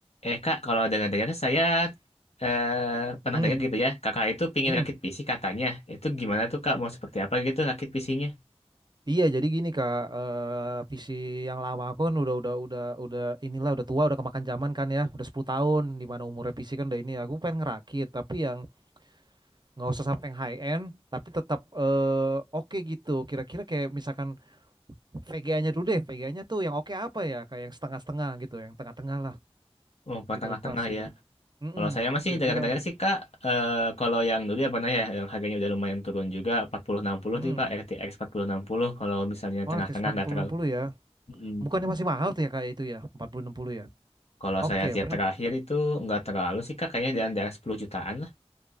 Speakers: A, on the left (about 75°); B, on the right (about 40°).
A: Eh kak, kalau dengar-dengar saya eh, pernah
B: Hmm,
A: dengar gitu ya, kakak itu pingin
B: hmm.
A: rakit PC katanya. Itu gimana tuh kak, mau seperti apa gitu rakit PC-nya?
B: Iya, jadi gini Kak, eh, PC yang lama aku kan udah udah udah udah inilah udah tua, udah kemakan zaman kan ya, udah sepuluh tahun di mana umurnya PC kan udah ini. Aku pengen ngerakit, tapi yang nggak usah sampai yang high end, tapi tetap eh, oke gitu. Kira-kira kayak misalkan VGA-nya dulu deh, VGA-nya tuh yang oke apa ya? Kayak yang setengah-setengah gitu, yang tengah-tengah lah,
A: Oh, bukan
B: middle
A: tengah-tengah
B: class gitu.
A: ya.
B: Mm-mm,
A: Kalau saya masih
B: kira-kira.
A: dengar-dengar
B: apa?
A: sih kak, eh, kalau yang dulu ya pernah ya, yang harganya udah lumayan turun juga, Empat puluh enam puluh
B: Mm-mm.
A: tuh kak, RTX puluh. enam puluh, kalau misalnya
B: Oh,
A: tengah-tengah
B: R T X empat
A: nggak
B: puluh
A: terlalu.
B: enam puluh ya.
A: Mm-mm.
B: Bukannya masih mahal tuh ya kayak itu ya, empat puluh enam puluh ya.
A: Kalau
B: Oke,
A: saya lihat
B: berapa?
A: terakhir itu nggak terlalu sih kak, kayaknya di antara 10 jutaan lah.